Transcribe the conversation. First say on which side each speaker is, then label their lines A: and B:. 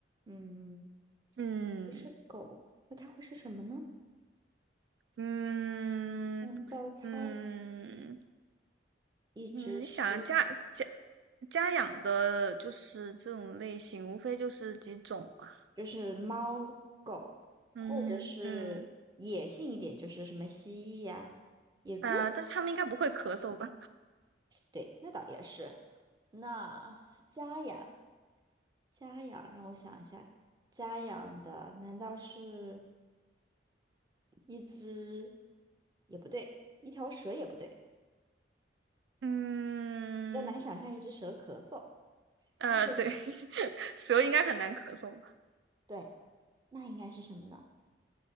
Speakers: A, on the right; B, on the right.
A: 嗯，
B: 嗯
A: 不是狗，那它会是什么呢？
B: 嗯
A: 难道它是
B: 嗯
A: 一只是
B: 嗯，你想家家家养的就是这种类型，无非就是几种吧。
A: 就是猫、狗，
B: 嗯嗯
A: 或者是野性一点，就是什么蜥蜴呀、野猪，
B: 呃，但是他们应该不会咳嗽吧？
A: 对，那倒也是。那家养，家养，让我想一下，家养的难道是一只？也不对，一条蛇也不对，
B: 嗯
A: 比较难想象一只蛇咳嗽。
B: 呃，
A: 那不
B: 对，<laughs> 蛇应该很难咳嗽。
A: 对，那应该是什么呢？